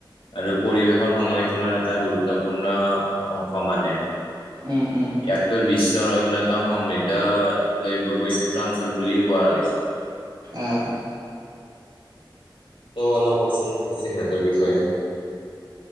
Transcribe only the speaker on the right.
উম উম,
আহ